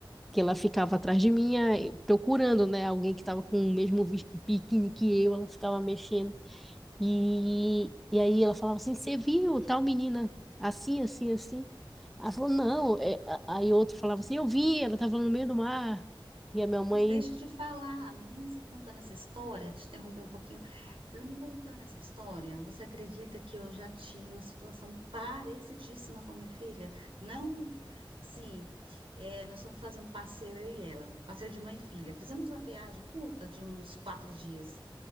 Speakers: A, in the centre; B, on the right.
A: Que ela ficava atrás de mim, aí, procurando, né? Alguém que estava com o mesmo vi- biquíni que eu, ela ficava mexendo. E, e aí ela falava assim: Você viu tal menina assim, assim, assim? Ela falou: Não. É, a- aí outro falava assim: Eu vi, ela estava no meio do mar. E a minha mãe:
B: Mas deixa de falar, a menina, você contando essa história, te interromper um pouquinho, você tá me contando essa história, você acredita que eu já tive uma situação parecidíssima com a minha filha? Não, sim, é, nós fomos fazer um passeio, eu e ela, passeio de mãe e filha. Fizemos uma viagem curta de uns quatro dias